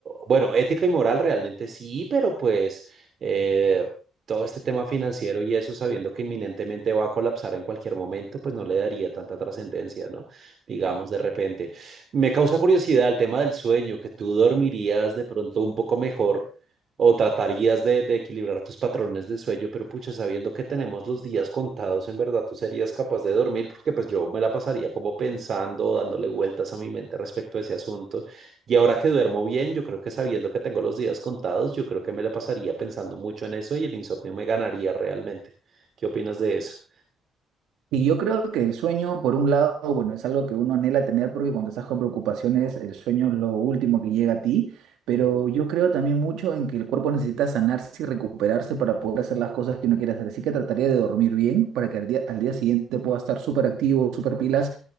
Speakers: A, on the right; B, on the right.
A: bueno, ética y moral realmente sí, pero pues eh, todo este tema financiero y eso, sabiendo que inminentemente va a colapsar en cualquier momento, pues no le daría tanta trascendencia, ¿no? Digamos, de repente. Me causa curiosidad el tema del sueño, que tú dormirías de pronto un poco mejor o tratarías de, de equilibrar tus patrones de sueño, pero pucha, sabiendo que tenemos los días contados, en verdad tú serías capaz de dormir, porque pues yo me la pasaría como pensando, dándole vueltas a mi mente respecto a ese asunto. Y ahora que duermo bien, yo creo que sabiendo que tengo los días contados, yo creo que me la pasaría pensando mucho en eso y el insomnio me ganaría realmente. ¿Qué opinas de eso?
B: Y yo creo que el sueño, por un lado, bueno, es algo que uno anhela tener porque cuando estás con preocupaciones, el sueño es lo último que llega a ti, pero
A: Ujú.
B: yo creo también mucho en que el cuerpo necesita sanarse y recuperarse para poder hacer las cosas que uno quiere hacer. Así que trataría de dormir bien para que al día, al día siguiente pueda estar súper activo, súper pilas